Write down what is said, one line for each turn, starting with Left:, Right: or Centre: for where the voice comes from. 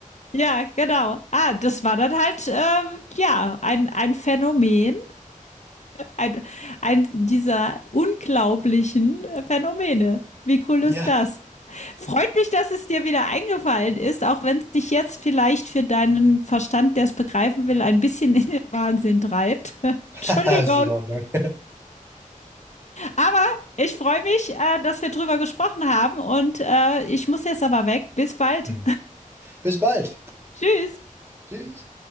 Left: ja, genau. Ah, das war dann halt ähm, ja ein, ein Phänomen, ein, ein dieser unglaublichen äh, Phänomene. Wie cool
Right: Ja,
Left: ist das? Freut mich, dass es dir wieder eingefallen ist, auch wenn es dich jetzt vielleicht für deinen Verstand, der es begreifen will, ein bisschen in den Wahnsinn treibt. <laughs>
Right: <laughs>
Left: Entschuldigung.
Right: ist in Ordnung. <laughs>
Left: Aber ich freue mich, äh, dass wir drüber gesprochen haben und äh, ich muss jetzt aber weg. Bis bald.
Right: Hm. Bis bald.
Left: <laughs> Tschüss.
Right: Tschüss.